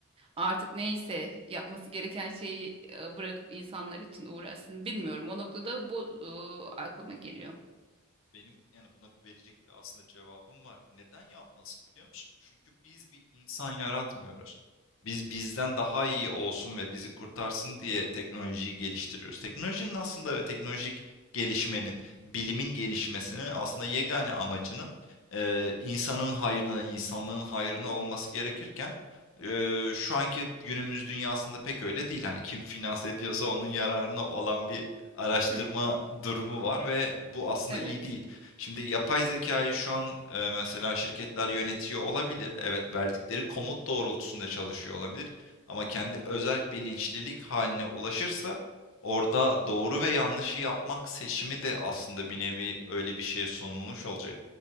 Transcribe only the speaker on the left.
Benim yani buna verecek bir aslında cevabım var. Neden yapmasın biliyor musun? Çünkü biz bir insan yaratmıyoruz. Biz bizden daha iyi olsun ve bizi kurtarsın diye teknolojiyi geliştiriyoruz. Teknolojinin aslında ve teknolojik gelişmenin, bilimin gelişmesinin aslında yegane amacının eee, insanın hayrına, insanlığın hayrına olması gerekirken eee, şu anki günümüz dünyasında pek öyle değil. Hani kim finanse ediyorsa onun yararına olan bir araştırma
durumu var ve bu aslında
iyi değil. Şimdi yapay zekayı şu an e, mesela şirketler yönetiyor olabilir. Evet, verdikleri komut doğrultusunda çalışıyor olabilir. Ama kendi özerk bilinçlilik haline ulaşırsa orada doğru ve yanlışı yapmak seçimi de aslında bir nevi öyle bir şeye sunulmuş olacak.